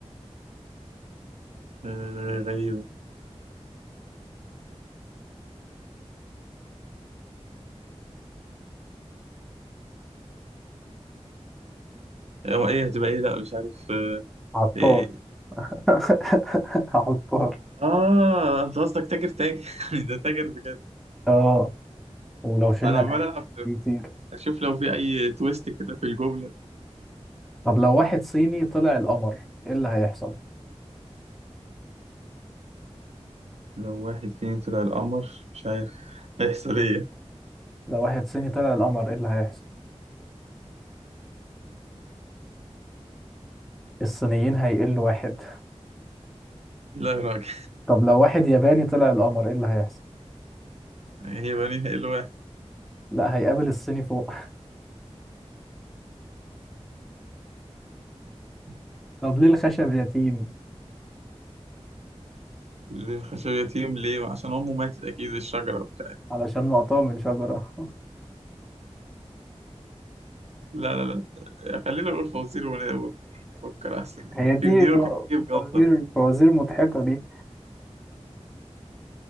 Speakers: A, on the right; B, in the centre.
A: آه غريبة هو إيه هتبقى إيه لا مش عارف آه
B: عطار
A: إيه
B: <laughs> عطار
A: آه أنت قصدك تاجر تاجر <laughs> ده تاجر بجد
B: اه ولو شلنا
A: أنا عمال
B: العين
A: ألعب
B: بيطير
A: اشوف لو في اي تويست كده في الجملة
B: طب لو واحد صيني طلع القمر ايه اللي هيحصل
A: لو واحد فينا طلع القمر مش عارف هيحصل ايه
B: لو واحد صيني طلع القمر ايه اللي هيحصل الصينيين هيقلوا واحد
A: لا يا راجل
B: طب لو واحد ياباني طلع القمر ايه اللي هيحصل
A: هيبقى نهائي الواحد
B: لا هيقابل الصيني فوق <laughs> طب ليه الخشب يتيم
A: للخشب ليه عشان امه ماتت اكيد الشجرة وبتاع
B: علشان مقطوع من شجرة <laughs>
A: لا لا لا آه، خلينا نقول فوازير ون- ونفكر احسن
B: هي دي
A: في دي
B: ب-
A: ممكن تجيب جلطة
B: فوازير
A: دي.
B: فوازير مضحكة دي